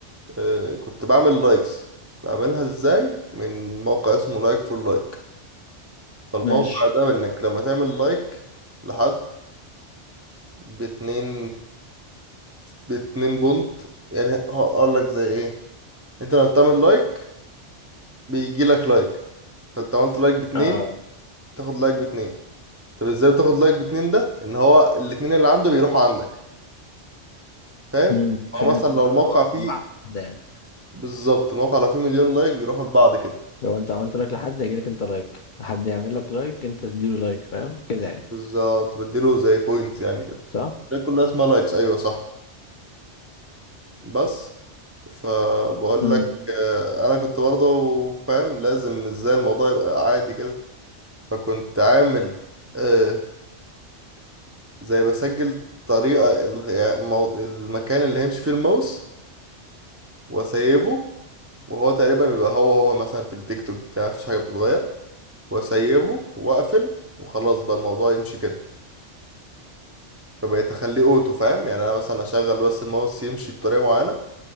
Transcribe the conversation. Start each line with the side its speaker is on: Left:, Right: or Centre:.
Right: آه، كنت بعمل لايكس بعملها ازاي من موقع اسمه لايك فور لايك فالموقع
Left: ماشي
Right: ده انك لما تعمل لايك لحد باتنين باتنين بونت يعني هقول لك زي ايه انت لما بتعمل لايك بيجي لك لايك فانت عملت لايك باتنين
Left: اه
Right: تاخد لايك باتنين طب ازاي بتاخد لايك باتنين ده ان هو الاتنين اللي عنده بيروحوا عندك فاهم
Left: مم.
Right: او
Left: فهمت
Right: مثلا لو الموقع
Left: آه،
Right: فيه
Left: واحدة يعني
Right: بالظبط الموقع لو فيه مليون لايك بيروحوا لبعض كده
Left: لو انت عملت لايك لحد هيجي لك انت لايك حد يعمل
Right: طب
Left: لك لايك انت تديله لايك فاهم كده يعني
Right: بالظبط بديله زي بوينتس يعني كده
Left: صح؟
Right: ده كلها اسمها لايكس ايوه صح بس فبقول
Left: امم
Right: لك آه، انا كنت برضه فاهم لازم ازاي الموضوع يبقى عادي كده فكنت عامل آه زي بسجل طريقة ال- يعني مو- المكان اللي هيمشي فيه الماوس واسيبه وهو تقريبا بيبقى هو هو مثلا في التيك توك بتاعي مفيش حاجة بتتغير واسيبه واقفل وخلاص بقى الموضوع يمشي كده فبقيت اخليه اوتو فاهم يعني انا مثلا اشغل بس الماوس يمشي بطريقة معينة